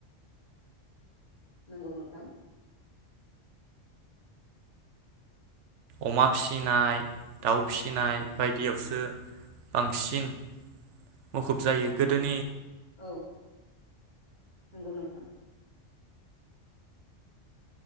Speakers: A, on the left; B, on the right.
A: नंगौ नोंथां
B: अमा फिसिनाय दाउ फिसिनाय बायदियावसो बांसिन मुखुब जायो गोदोनि
A: औ नंगौ नोंथां